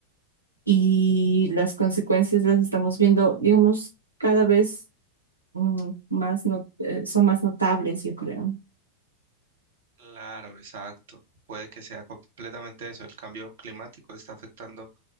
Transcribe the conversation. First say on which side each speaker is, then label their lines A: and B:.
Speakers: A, on the right; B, on the right.
A: y las consecuencias las estamos viendo, digamos, cada vez mm, más no- eh, son más notables, yo creo.
B: Claro, exacto. Puede que sea completamente eso. El cambio climático está afectando